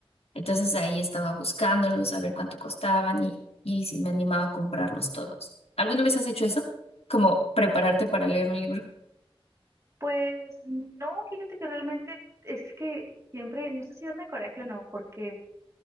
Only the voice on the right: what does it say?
Pues no, fíjate que realmente es que siempre, no sé si darme coraje o no, porque